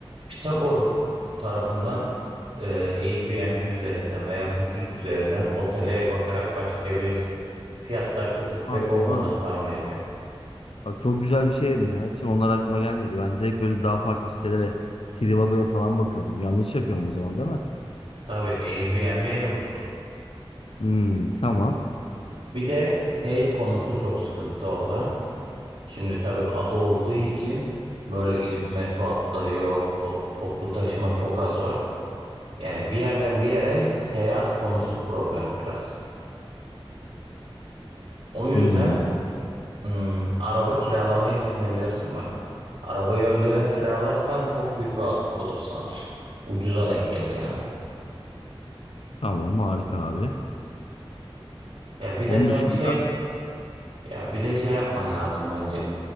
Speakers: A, on the right; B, on the left.
A: Pisagor tarafından e, Airbnb üzerinden veya Booking üzerinden otele ev bakarak başlayabilirsin. Fiyatlar çok yüksek
B: Ha doğru.
A: olmadığını tahmin ediyorum.
B: Bak çok güzel bir şey dedin ya. Hiç onlar aklıma gelmedi. Ben direkt böyle daha farklı sitelere Trivago'ya falan bakıyordum. Yanlış yapıyorum o zaman değil mi?
A: Tabii Airbnb en ucuzu.
B: Hmm, tamam.
A: Bir de şey konusu çok sıkıntı orada. Şimdi tabii ada olduğu için böyle gidip metro hatları yok, to- toplu taşıma çok az var. Yani bir yerden bir yere seyahat konusu problem biraz. O yüzden
B: Hmm,
A: ım, araba kiralamayı düşünebilirsin bak. Arabayı önceden kiralarsan çok büyük rahatlık olur sana. Ucuza denk gelir yani.
B: tamam harika abi.
A: Ya bir
B: Onun
A: de tabii
B: dışında
A: şey, ya bir de şey yapman lazım bence.